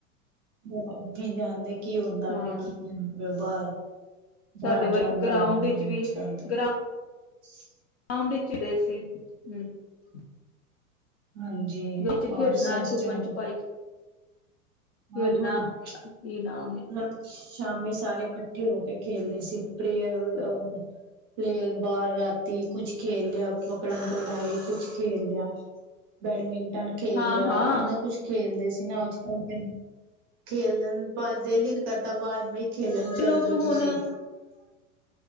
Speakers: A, on the right (about 20°); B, on the left (about 50°).
A: <unintelligible> ਕੀ ਹੁੰਦਾ ਕੀ ਹੁੰਦਾ
B: ਹਾਂ
A: ਬਾਹਰ
B: ਸਾਡੇ
A: ਬਾਹਰ
B: ਵਰ
A: ਜਾਣ ਦਾ
B: ਗਰਾਊਂਡ
A: ਅੱਜ
B: ਵਿੱਚ ਵੀ
A: ਕੱਲ ਤੇ
B: ਗਰਾ
A: <unintelligible>
B: <unintelligible>
A: ਹਾਂਜੀ <unintelligible>
B: ਵਿੱਚ ਖੇਡਣਾ ਛੁਪਨ ਛੁਪਾਈ ਖੇਡਣਾ
A: ਹਾਂ ਹਾਂ
B: ਕੀ ਨਾ
A: <unintelligible> ਸ਼ਾਮੀ ਸਾਰੇ ਇਕੱਠੇ ਇਕੱਠੇ ਹੋ ਕੇ ਖੇਲਦੇ ਸੀ ਪ੍ਰਹ ਲ ਬਾਹਰ ਰਾਤੀ ਕੁਛ ਖੇਲ ਲਿਆ ਪਕਨ ਪਕੜਾਈ ਕੁਛ ਖੇਲ ਲਿਆ, ਬੈਡਮਿੰਟਨ ਟਣ ਖੇਲ
B: ਹਾਂ
A: ਲਿਆ
B: ਹਾਂ
A: ਇੰਨਾ ਕੁਛ ਖੇਲਦੇ <unintelligible> ਖੇਲਣ ਪਰ ਦਿਲ ਹੀ ਨ ਕਰਦਾ ਬਾਵਾਜ਼ ਬਈ ਖੇਲਣ ਚੱਲ
B: ਲੋਕ
A: ਜਾ
B: ਹੁਣ
A: ਤੁਸੀਂ